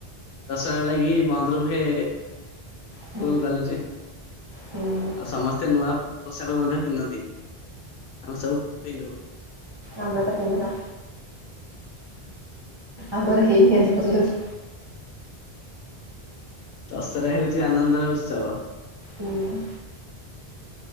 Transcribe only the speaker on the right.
ହୁଁ
ହୁଁ
ଆମ ତ ପିନ୍ଧୁନା ଆମର ହେଇନି ଆଜି ପର୍ଯ୍ୟନ୍ତ।
ହୁଁ।